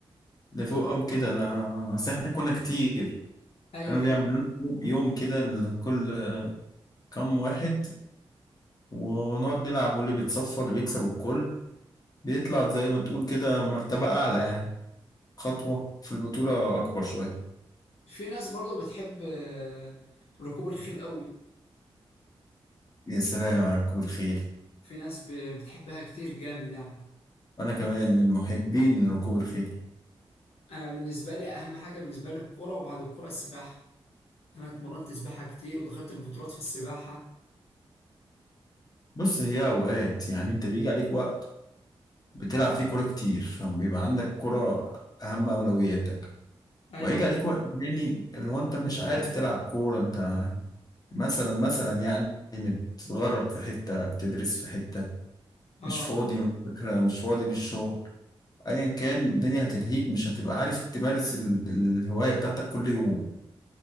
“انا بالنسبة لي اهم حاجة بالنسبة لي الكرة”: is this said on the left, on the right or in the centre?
Left